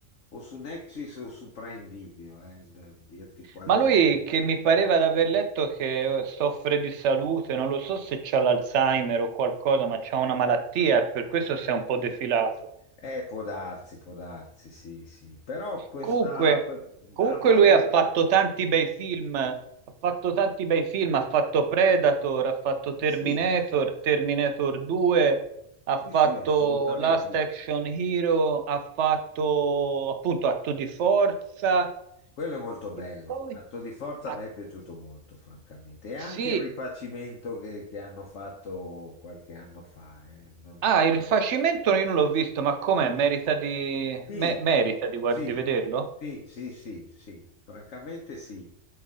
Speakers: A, on the left; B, on the right.
A: o su Nexus o su Prime Video, eh, da dirti quale
B: Ma
A: deve
B: lui, che mi pareva di aver letto che eh, soffre di salute, non lo so se c'ha l'Alzheimer o qualcosa, ma c'ha una malattia, e per questo si è un po' defilato.
A: Eh, può darsi, può darsi, sì, sì. Però questa,
B: Comunque,
A: que-
B: comunque
A: hanno fatto,
B: lui ha fatto tanti bei film, ha fatto tanti bei film, ha fatto Predator, ha fatto Terminator,
A: sì,
B: Terminator 2, ha
A: sì,
B: fatto
A: sì, assolutamente.
B: Last Action Hero, ha fatto appunto Atto di Forza,
A: Quello è molto bello.
B: e poi
A: Atto di forza
B: ah,
A: a me è piaciuto molto, francamente. E anche
B: sì,
A: il rifacimento che, che hanno fatto qualche anno fa. eh. Non-
B: ah, il rifacimento io non l'ho visto, ma com'è? Merita di,
A: Sì,
B: me- merita di, guard-
A: sì,
B: di vederlo?
A: sì, sì, sì, sì, francamente sì.